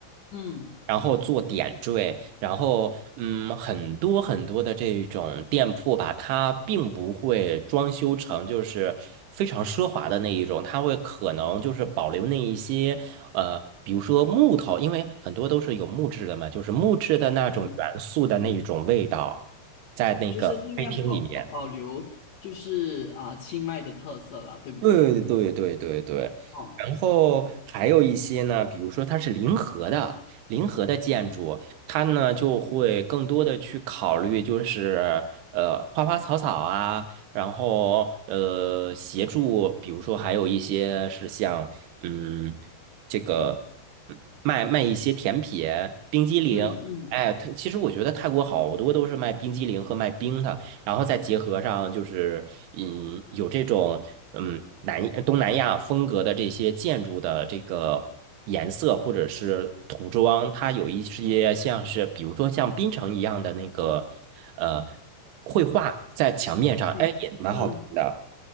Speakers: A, on the left; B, on the right.
A: 嗯
B: 然后做点缀，然后嗯，很多很多的这种店铺吧，它并不会装修成就是非常奢华的那一种，它会可能就是保留那一些呃，比如说木头，因为很多都是有木质的嘛，就是木质的那种元素的那一种味道，
A: 嗯，
B: 在那个咖啡厅里面。
A: 就是尽量保保保留，就是啊、清迈的特色啦，对不对？
B: 对对对对对，
A: 哦，
B: 然后还有一些呢，比如说它是临河的，临河的建筑，它呢就会更多的去考虑，就是呃花花草草啊，然后呃协助，比如说还有一些是像嗯这个嗯卖卖一些甜品、冰激凌，
A: 嗯嗯
B: 哎，它其实我觉得泰国好多都是卖冰激凌和卖冰的。然后再结合上就是，嗯，有这种嗯南呃东南亚风格的这些建筑的这个颜色或者是涂装，它有一些像是比如说像槟城一样的那个呃绘画在墙面上，
A: 嗯嗯。
B: 哎，也蛮好看的。